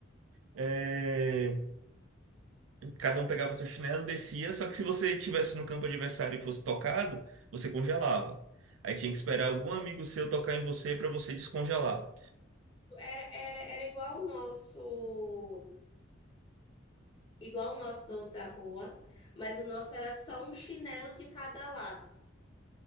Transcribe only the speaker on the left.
Era, era, era igual o nosso, igual o nosso dono da rua, mas o nosso era só um chinelo de cada lado.